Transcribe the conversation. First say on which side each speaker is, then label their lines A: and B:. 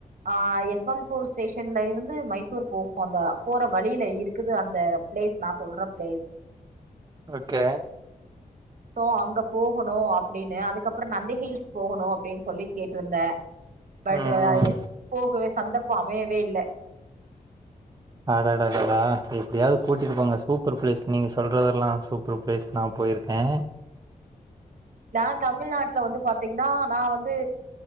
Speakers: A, on the right; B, on the right.
A: ஆ யஸ்வந்த்பூர் ஸ்டேஷன்ல இருந்து மைசூர் போகும் அந்த போற வழியில இருக்குது அந்த பிளேஸ் நா சொல்ற பிளேஸ்
B: ஓகே
A: அபப்ற அங்க போகணு அப்டின்னு அதுக்கப்பறம் நந்தி ஹீல்ஸ் போகணும் அப்டின்னு சொல்லி கேட்டிருந்த பட்டு
B: ம் ம்
A: போகவே சந்தர்ப்ப அமையவே இல்ல
B: அடாடடாடா எப்டியாவது கூட்டிட்டு போங்க சூப்பர் பிளேஸ் நீங்க சொல்றதெல்லாம் சூ ப்பர் ப்ளேஸ் நா போயிருக்கே
A: நா தமிழ்நாட்ல வந்து பாத்தீங்கன்னா நா வந்து